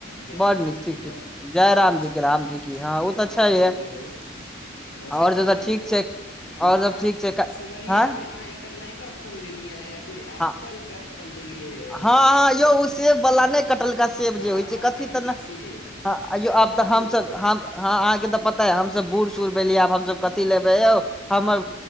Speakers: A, on the left (about 60°); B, in the centre.
A: जय
B: बड
A: रामजी
B: नीक ठीक
A: के
B: ठीक
A: बड़ नीक
B: जय
A: ठीक
B: राम जी
A: छै
B: के राम जी की
A: हँ
B: ओ तऽ
A: आओर
B: छैहे
A: बतबियौ ओर
B: आओर
A: सब की
B: तऽ
A: होइया
B: ठीक छै
A: यौ
B: आओर
A: अहाँ
B: सब ठीक छै
A: सुनलियै
B: हँ
A: हम अहाँ एकटा नयका फोन लेलियए कोई एप्पल
B: हँ
A: पैप्पल लेलियै यो।
B: हँ हँ यौ ओ सेबवला नहि कटलका सेब
A: हँ
B: जे होइ छै
A: हँ
B: कथी
A: कटलका
B: तऽ ने
A: सेब
B: हयो
A: एप्पल
B: आब तऽ हमसभ ह अहाँके तऽ पता है हमसब बूढ़ सूढ़ भेलियै आब हमसब कथी लेबै यौ। हमर